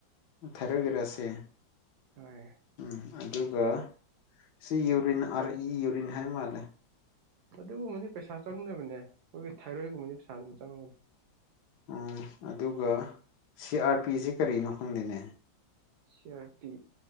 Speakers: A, on the left; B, on the right.
A: ꯊꯥꯏꯔꯣꯏꯒꯔꯛꯁꯦ
B: ꯍꯣꯏ
A: ꯎꯝ ꯑꯗꯨꯒ ꯁꯤ ꯌꯎꯔꯤꯟ ꯏ ꯌꯎꯔꯤꯟ ꯍꯥꯏ ꯃꯥꯂꯦ
B: ꯑꯗꯨꯒꯨꯝꯕꯗꯤ ꯄꯩꯁꯥ ꯆꯪꯗꯅꯕꯅꯦ ꯑꯩꯈꯣꯏꯒꯤ ꯊꯥꯏꯔꯣꯏꯒꯨꯝꯕꯗꯤ ꯄꯩꯁꯥ ꯑꯗꯨꯝ ꯆꯪꯕꯅꯤ
A: ꯎꯝ ꯑꯗꯨꯒ ꯁꯤ ꯑꯥꯔ ꯄꯤꯁꯤ ꯀꯔꯤꯅꯣ ꯈꯪꯗꯦꯅꯦ
B: ꯁꯤꯑꯥꯔꯄꯤ